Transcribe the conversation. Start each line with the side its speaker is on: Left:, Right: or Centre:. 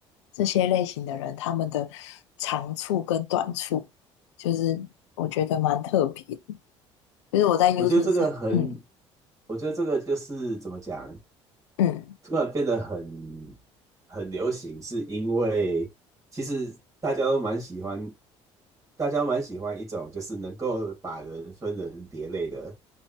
Left: 这些类型的人他们的长处跟短处，就是我觉得蛮特别的，就是我在 YouTube
Right: 我觉得这个很，
Left: 上，嗯
Right: 我觉得这个就是怎么讲。
Left: 嗯。
Right: 突然变得很很流行，是因为其实大家都蛮喜欢，大家都蛮喜欢一种就是能够把人分人别类的